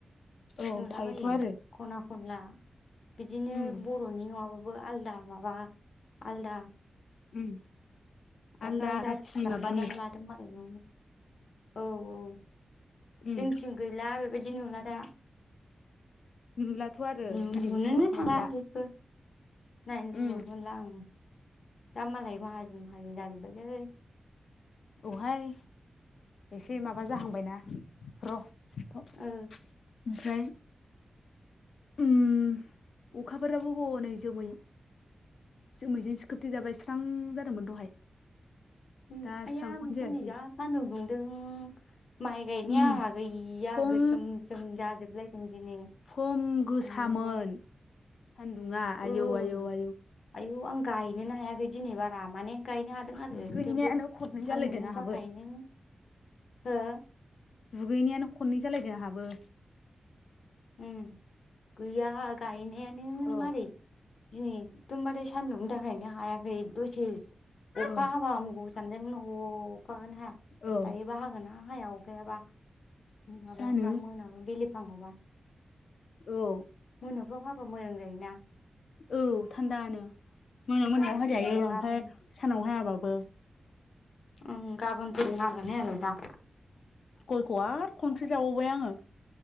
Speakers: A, on the left (about 80°); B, on the left (about 70°).
A: औ
B: नुलाबायो
A: थायोथ' आरो
B: खना खनला बिदिनो
A: उम
B: ब बर'नि नङाबाबो आलदा माबा आलदा
A: उम
B: माबाफ्रा
A: आलदा
B: जाथिफ्रा
A: जाथि माबानि
B: माबानानै लादों मालाय न'आवनो औ औ
A: उम
B: जोंथिं गैला बेबायदि नुला
A: ओमफ्राय
B: दा।
A: नुलाथ' आरो
B: उम
A: नायनो
B: नुनोनो
A: लुबैबाबो मोनला
B: थांला जेबबो नायनो लुगैबाबो
A: उम
B: मोनला ओं दा मालाय माहाजोन माहाजोन जाजोब्बायलै
A: औ हाय एसे माबा जाहांबायना र' थाथ'
B: ओ
A: ओमफ्राय उम अखाफोराबो‌ हनै जोमै जोमैजोंसो खोबथे जाबाय स्रां जादोंमोन दहाय।
B: उम
A: दा
B: आइया
A: स्रांखौनो
B: दिनै
A: जायासै
B: जा सान्दुं दुंदों। माइ गायनाया
A: उम
B: आंहा गैया
A: खम
B: गोसोम सोम जाजोबलायदों दिनै।
A: खम गोसामोन
B: आयौ
A: सान्दुङा
B: ओ
A: आयौ आयौ आयौ
B: आयौ आं गायनोनो हायाखै दिनै बारा माने गायनो हादों आरो
A: दुगैनायानो
B: थेवबो
A: खननै
B: सान्दुंनि
A: जालायदों आंहाबो
B: थाखायनो हो
A: दुगैनायानो खनै जालायदों आंहाबो
B: उम गैया गायनायानो
A: औ
B: मारै दिनै एखदमबारे सान्दुंनि थाखायनो हायाखै दसे अखा
A: औ
B: हाबा हामगौ सान्दों न' अखाखोनो हाया
A: औ
B: दायो बा हागोन ना हाया अखायाबा माबायावब्रा
A: जानो
B: मोनायाव बिलिफाङावबा
A: औ
B: मोनाफ्राव हाबा मोजां जायोना।
A: औ थान्दानो मोना
B: गा
A: मोनायाव हाजायो
B: ओं गाबोन
A: ओमफ्राय सानाव हायाबाबो।
B: उम गाबोनफोरबो हागोना हाया बेबा
A: गयखौ आरो खनसे जाबावबाय आङो।